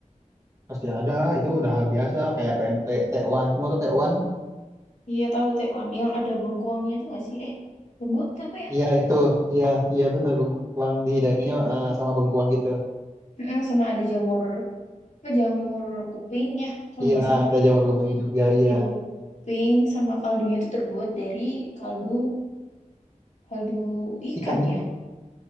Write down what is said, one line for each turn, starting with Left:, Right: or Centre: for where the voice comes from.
Right: Pasti ada, Ah, itu udah hal biasa kayak PMP, tekwan. Kamu tuh tekwan?
Left: Iya tahu Taiwan. Yang ada bengkuangnya itu nggak sih? Eh, bengkuang itu apa ya?
Right: Iya itu, iya iya bener bengkuang dihidanginya eh, sama bengkuang gitu.
Left: Mm-mm, sama ada jamur apa jamur kuping ya, kalau
Right: Iya
Left: nggak salah.
Right: ada jamur gempenya juga, iya
Left: Yang lu kuping sama kaldunya tuh terbuat dari kaldu kaldu ikan
Right: ikan itu,
Left: ya.